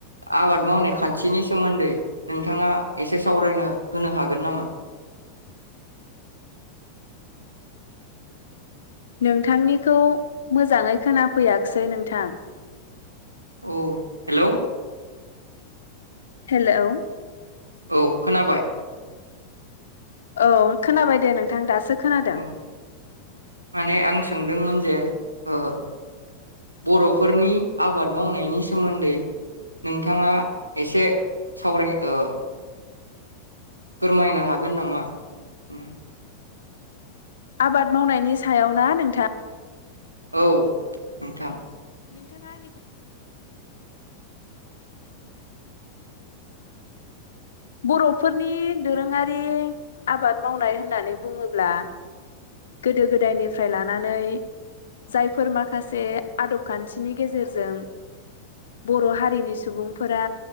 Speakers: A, on the right; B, on the left.
A: आबाद मावनाय खान्थिनि सोमोन्दै नोंथाङा एसे सावरायनो होनो हागोन नामा?
B: नोंथांनिखौ मोजाङै खोनाफैयाख्सै नोंथां।
A: औ हेलौ
B: हेलौ
A: औ खोनाबाय
B: औ खोनाबाय दे नोंथां दासो। खोनादों
A: औ माने आं सोंदोंमोन जे ओ बर'फोरनि आबाद मावनायनि सोमोन्दै नोंथाङा एसे सावराय ओ फोरमायनो हागोन नामा? ओम
B: आबाद मावनायनि सायाव ना नोंथां?
A: औ नोंथां
B: नोंथाङा आंनिखौ बर'फोरनि दोरोङारि आबाद मावनाय होननानै बुङोब्ला गोदो गोदायनिफ्राय लानानै जायफोर माखासे आदब खान्थिनि गेजेरजों बर' हारिनि सुबुंफोरा